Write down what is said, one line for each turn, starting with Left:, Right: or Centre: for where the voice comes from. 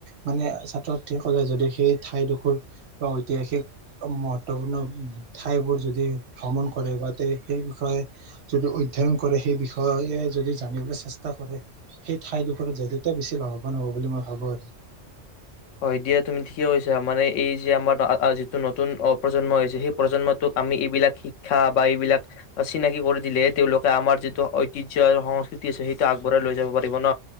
Right: মানে ছাত্ৰ ছাত্ৰীকলে যদি সেই ঠাইডোখৰ, বা ঐতিহাসিক মহত্বপূৰ্ণ ঠাইবোৰ যদি ভ্ৰমণ কৰে, বা তে সেই বিষয়ে যদি অধ্যয়ন কৰে, সেই বিষয়ে যদি জানিবলৈ চেষ্টা কৰে, সেই ঠাইডোখৰত তেতিয়া বেছি লাভৱান হ'ব বুলি মই ভাবো আৰু।
Left: হয় দিয়া। তুমি ঠিকেই কৈছা, মানে এই যে আমাৰ যিটো নতুন অ প্ৰজন্ম হৈছে, সেই প্ৰজন্মটোক আমি এইবিলাক শিক্ষা বা এইবিলাক চিনাকি কৰি দিলেহে, তেওঁলোকে আমাৰ যিটো ঐতিহ্য আৰু সংস্কৃতি আছে সেইটো আগবঢ়াই লৈ যাব পাৰিব ন?